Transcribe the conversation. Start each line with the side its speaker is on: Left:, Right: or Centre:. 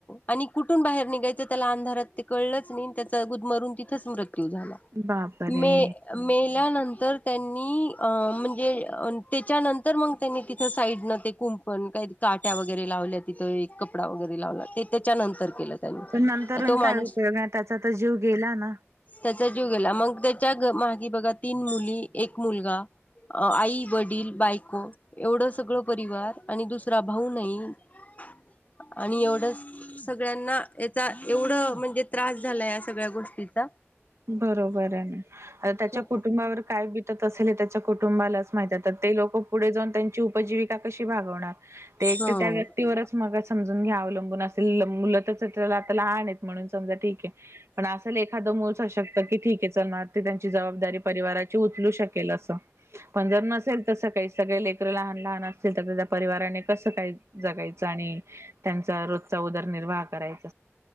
Left: आणि कुठून बाहेर निघायचं. त्याला अंधारात ते कळलंच नाही. त्याचा गुदमरून तिथंच मृत मृत्यू झाला.
Right: बापरे!
Left: मे मेल्यानंतर त्यांनी अ म्हणजे त्याच्यानंतर मग त्यांनी तिथ साईड न कुंपण, काही काट्या वगैरे लावल्या. तिथं एक कपडा वगैरे लावला ते त्याच्यानंतर केलं.
Right: पण नंतरून
Left: तो माणूस
Right: काय उपयोग ना त्याचा तर जीव गेला ना.
Left: त्याचा जीव गेला. मग त्या त्याच्या मागे बघा तीन मुली, एक मुलगा आई, वडील, बायको एवढं सगळं परिवार आणि दुसरा भाऊ नाही. <inaudible> आणि एवढं सगळ्यांना याचा एवढं म्हणजे त्रास झाला, या सगळ्या गोष्टीचा
Right: बरोबर आहे ना आ त्याच्या
Left: खूप
Right: कुटुंबावर काय बत तल त्याच्या कुटुंबालाच माहित आता तर, ते लोक पुढे जाऊन त्यांची उपजीविका कशी भागवणार.
Left: हो
Right: ते एकटे त्या व्यक्तीवरच मग समजून घ्या अवलंबून असेल मुल तर चला आता लहान म्हणून समा ठीके पण असा एखाद मूल किती जबाबदारी परिवाराची उचलू शकेल असं. काही सगळे लेकर लहान लहान असतील तर, त्या त्या परिवाराने कसं काही जगायचं. आणि त्यांचा रोजचा उदरनर्वाह करायच.